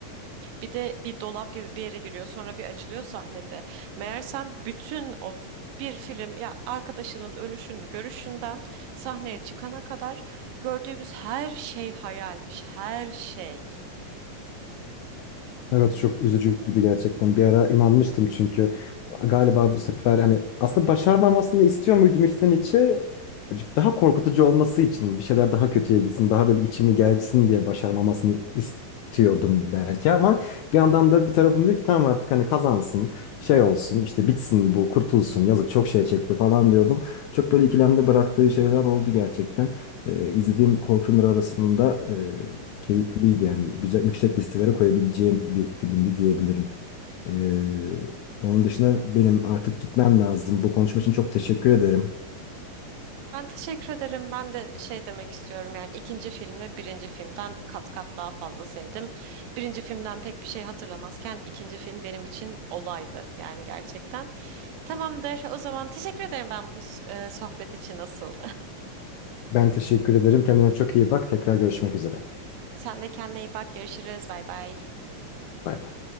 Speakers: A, on the right; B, on the left.
A: bir de bir dolap gibi bir yere giriyor. Sonra bir açılıyor sahnede. Meğersem bütün o bir film ya arkadaşının ölüşünü görüşünden sahneye çıkana kadar gördüğümüz her şey hayalmiş. Her şey.
B: Evet çok üzücüydü gerçekten. Bir ara inanmıştım çünkü galiba bu sefer hani aslında başarmamasını istiyor muydum içten içe? Daha korkutucu olması için bir şeyler daha kötüye gitsin, daha böyle içimi gelsin diye başarmamasını istiyordum belki ama bir yandan da bir tarafım diyor ki tamam artık hani kazansın, şey olsun, işte bitsin bu, kurtulsun. Yazık çok şey çekti falan diyordum. Çok böyle ikilemde bıraktığı şeyler oldu gerçekten. Ee, izlediğim korku filmleri arasında keyifliydi yani güzel yüksek listelere koyabileceğim bir filmdi diyebilirim. Ee, onun dışında benim artık gitmem lazım. Bu konuşma için çok teşekkür ederim.
A: Ben teşekkür ederim. Ben de şey demek istiyorum yani ikinci filmi birinci filmden kat kat daha fazla sevdim. Birinci filmden pek bir şey hatırlamazken ikinci film benim için olaydı yani gerçekten. Tamamdır. O zaman teşekkür ederim ben bu s- e, sohbet için asıl.
B: Ben teşekkür ederim. Kendine çok iyi bak. Tekrar görüşmek üzere.
A: <laughs> Sen de kendine iyi bak. Görüşürüz. Bay bay.
B: Bay bay.